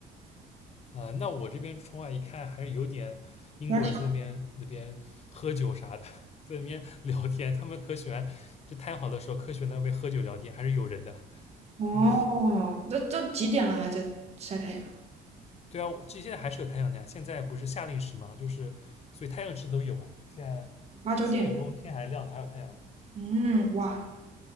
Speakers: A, on the left; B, on the right.
A: 啊、那我这边窗外一看，还是有点英国人在那边那边喝酒啥的，
B: 然
A: <laughs> 在那边聊天，他们可喜欢，就太好的时候，可喜欢在那边喝酒聊天，还是有人的。
B: 后哦，
A: 嗯。
B: 这都几点了还在晒太阳？
A: 对啊，我这现在还是有太阳的呀。现在不是夏令时嘛，就是所以太阳值都有啊。现在
B: 八九点。
A: 七点钟天还亮的，还有太阳呢。
B: 嗯，哇，